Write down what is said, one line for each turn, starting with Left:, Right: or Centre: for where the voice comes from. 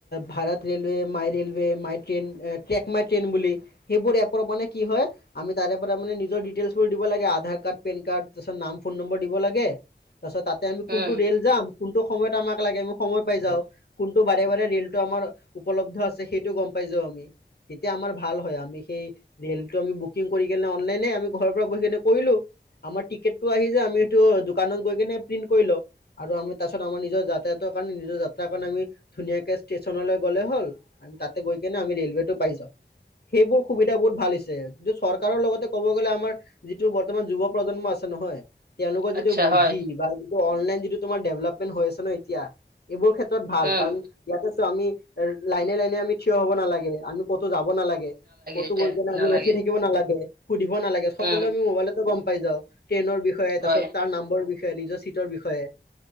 Left: Bharat railway my railway my train take my train বুলি। সেইবোৰ এপৰ মানে কি হয়। আমি তাৰে পৰা মানে নিজৰ ডিটেইলছ বোৰ দিব লাগে আধাৰ কাৰ্ড পেন কাৰ্ড তাৰপিছত নাম। ফোন নম্বৰ দিব লাগে তাৰপাছত তাতে আমি কোনটো
Right: উম
Left: ৰেল যাম কোনটো সময়ত আমাক লাগে। সময় পাই যাও কোনটো বাৰে বাৰে ৰেলটো আমাৰ উপলব্ধ আছে সেইটো গম পাই যাও আমি। তেতিয়া আমাৰ ভাল হয় আমি সেই। ৰেলটো আমি বুকিং কৰি কেনে অনলাইনে আমি ঘৰৰ পৰা বহি কেনে কৰিলো আমাৰ টিকেট। টো আহি যায় আমি সেইটো দোকানত গৈ কেনে প্ৰিন্ট কৰি লও আৰু আমি তাৰ পিছত আমাৰ নিজৰ যাতায়তৰ কাৰণে নিজৰ যাত্ৰা কাৰণে আমি ধুনীয়াকে ষ্টেচনলৈ গ'লে হ'ল। আমি তাতে গৈ কিনে আমি ৰেলৱে টো পাই যাওঁ। সেইবোৰ সুবিধা বহুত ভাল হৈছে যত চৰকাৰৰ লগতে ক'ব গ'লে আমাৰ যিটো বৰ্তমান যুৱ প্ৰজন্ম আছে। নহয় তেওঁলোকৰ যিটো
Right: আচ্ছা
Left: বুদ্ধি
Right: হয়
Left: বা অনলাইন যিটো তোমাৰ ডেভলপমেন্ট হৈ আছে ন এতিয়া এইবোৰ ক্ষেত্ৰত ভাল
Right: উম
Left: কাৰণ ইয়াতে আছো আমি এ লাইনে লাইনে আমি থিয় হব নালাগে আমি। ক'তো যাব নালাগে ক'তো
Right: এতিয়া
Left: গৈ কেনে আমি
Right: নালাগে
Left: ৰখি থাকিব নালাগে সুধিব নালাগে সকলোৱে
Right: উম
Left: আমি মোবাইলত। গম পাই যাও ট্ৰেইনৰ বিষয়ে
Right: হয়
Left: তাৰ পিছত তাৰ নাম্বৰ বিষয়ে নিজৰ চিটৰ বিষয়ে।